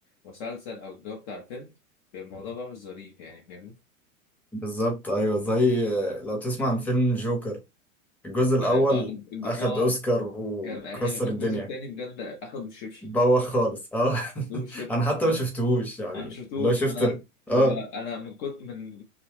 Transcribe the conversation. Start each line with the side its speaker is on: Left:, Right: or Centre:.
Left: المسلسل أو الجو بتاع الفيلم الموضوع بقى مش ظريف يعني فاهمني
Centre: بالظبط ايوه زي لو تسمع عن فيلم جوكر الجزء الاول
Left: اه الج-
Centre: اخد
Left: آه،
Centre: اوسكار وكسر
Left: كان حلو الجزء
Centre: الدنيا
Left: الثاني بجد اخد بالشبشب
Centre: بوخ خالص اه
Left: مدوه
Centre: <laughs>
Left: الشبشب
Centre: انا حتى
Left: لا،
Centre: ما شفتهوش يعني
Left: انا ما شفتوش
Centre: اللي هو شفت
Left: انا
Centre: ال- اه
Left: هو انا من كتر من